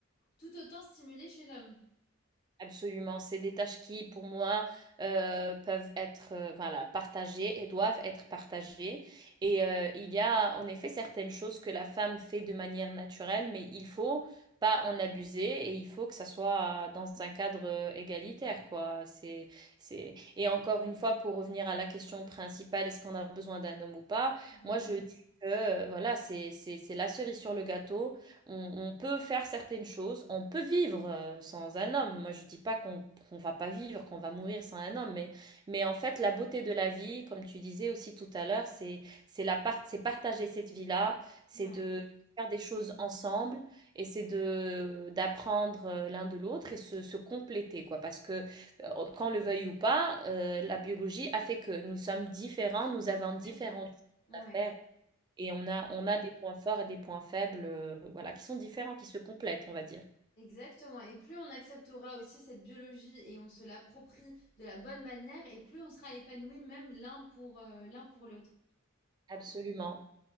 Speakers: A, on the left; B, on the right.
A: tout autant stimulé chez l'homme.
B: Absolument, c'est des tâches qui, pour moi, euh, peuvent être euh, voilà, partagées et doivent être partagées. Et euh, il y a en effet certaines choses que la femme fait de manière naturelle, mais il faut pas en abuser et il faut que ça soit dans un cadre euh, égalitaire, quoi. C'est, c'est... Et encore une fois, pour revenir à la question principale, est-ce qu'on a besoin d'un homme ou pas?
A: Mhm.
B: Moi, je dis que euh, voilà, c'est, c'est, c'est la cerise sur le gâteau. On, on peut faire certaines choses, on peut vivre euh, sans un homme. Moi, je dis pas qu'on qu'on va pas vivre, qu'on va mourir sans un homme, mais, mais en fait, la beauté de la vie, comme tu disais aussi tout à l'heure, c'est c'est la part, c'est partager cette vie-là, c'est
A: Ouais,
B: de faire des choses ensemble et c'est de d'apprendre euh, l'un de l'autre et se, se compléter, quoi. Parce que euh, qu'on le veuille ou pas, euh, la biologie a fait que nous sommes différents, nous avons différentes
A: exactement.
B: choses
A: Ouais.
B: à faire et on a,
A: Ouais.
B: on a des points forts et des points faibles, euh, voilà, qui sont différents, qui se complètent, on va dire.
A: Exactement. Et plus on acceptera aussi cette biologie et on se l'approprie de la bonne manière, et plus on sera épanoui même l'un pour euh, l'un pour l'autre.
B: Absolument.